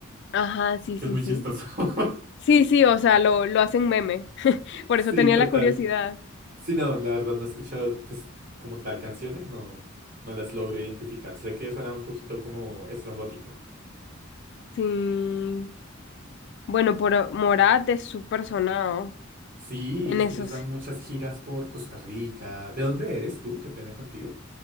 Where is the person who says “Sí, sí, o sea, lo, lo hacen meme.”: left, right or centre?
Left